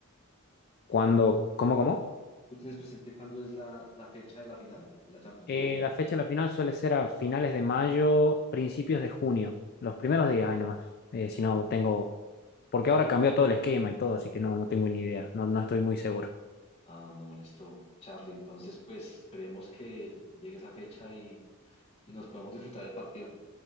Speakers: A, on the left; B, on the left.
A: Cuando, ¿cómo, cómo?
B: ¿Tú tienes presente cuándo es la, la fecha de la final de la Champions?
A: Eh,
B: O,
A: la fecha de la final suele ser a finales de mayo, principios de junio, los primeros días, ahí nomás. Eh, si no
B: ah,
A: tengo, porque ahora cambió todo el esquema y todo, así que no, no tengo ni idea, no, no estoy muy seguro.
B: ah, no, listo, Charlie. Entonces, pues esperemos que llegue esa fecha y, y nos podemos disfrutar del partido.